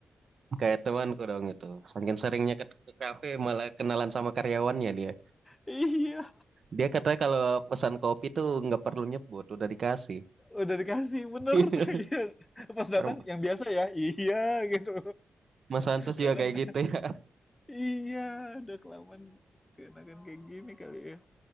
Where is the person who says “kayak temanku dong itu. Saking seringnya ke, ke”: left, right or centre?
Right